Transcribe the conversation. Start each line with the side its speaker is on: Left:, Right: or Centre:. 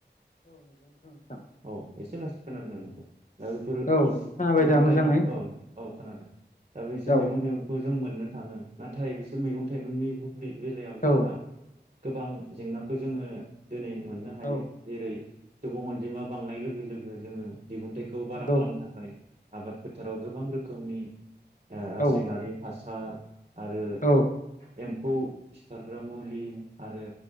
Left: औ नंगौ नोंथां नोंथां
Right: औ एसे लासै खोनादों नोंनिखौ। दा बेफोरो
Left: औ खोनाबाय
Right: मैगं
Left: दा
Right: थाइगं
Left: मोजाङै
Right: औ। औ खोनादों। दा बेसोर
Left: औ
Right: मैगं थाइगंखौ जों मोननो थाङो नाथाय बिसोर मैगं थाइगंनि बे बेलायाव जोंहा
Left: औ
Right: गोबां जेंनाखौ जोङो दिनै मोननो हायो
Left: औ
Right: जेरै सुबुं अनजिमा बांनाय लोगो लोगो जोङो दिहुनथाइखौ बारा
Left: नंगौ
Right: खालामनो थाखाय आबाद फोथाराव गोबां रोखोम खोमि रासायनारि
Left: औ
Right: हास दा आरो
Left: औ
Right: एम्फौ सिथारग्रा मुलि आरो